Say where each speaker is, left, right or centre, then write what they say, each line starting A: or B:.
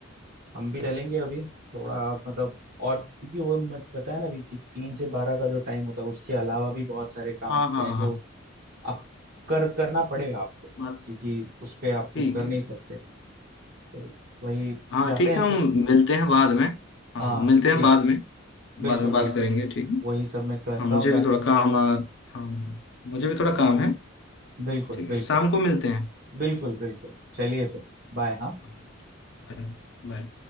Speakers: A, on the right (about 50°); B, on the left (about 65°).
A: हम भी चलेंगे अभी थोड़ा मतलब और क्योंकि वो मत बताया ना अभी कि तीन से बारह का जो टाइम होता है उसके अलावा भी बहुत सारे काम
B: हाँ
A: होते
B: हाँ
A: हैं जो
B: हाँ
A: आप कर करना पड़ेगा आपको
B: बात
A: क्योंकि उस पे आप कुछ
B: ठीक
A: कर
B: है
A: नहीं
B: ठीक।
A: सकते तो वही
B: हाँ
A: जाते
B: ठीक
A: हैं
B: है हम
A: फिर
B: मिलते हैं बाद में हाँ
A: हाँ
B: मिलते हैं
A: ठीक
B: बाद
A: है
B: में
A: बिल्कुल
B: बाद में बात
A: बिल्कुल
B: करेंगे ठीक है
A: वही सब मैं करता
B: हाँ मुझे
A: हूँ जाके
B: भी थोड़ा
A: काम
B: काम आ, हाँ मुझे भी थोड़ा काम है
A: बिल्कुल
B: ठीक
A: बिल्कुल
B: है शाम को मिलते हैं
A: बिल्कुल बिल्कुल चलिए फिर बाय हाँ
B: हाँ, बाय बाय